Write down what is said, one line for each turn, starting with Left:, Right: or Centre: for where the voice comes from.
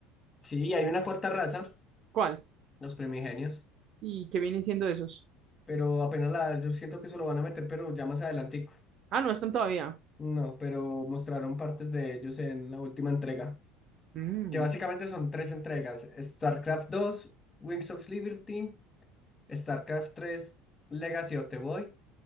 Left: Sí, hay una cuarta raza,
Right: ¿Cuál?
Left: los primigenios,
Right: ¿Y qué vienen siendo esos?
Left: pero apenas la, yo siento que se lo van a meter, pero ya más adelantico.
Right: Ah, no están todavía.
Left: No, pero mostraron partes de ellos en la última entrega,
Right: Mm,
Left: que básicamente son tres entregas, StarCraft dos, Wings of Liberty, StarCraft 3, Legacy of the Void,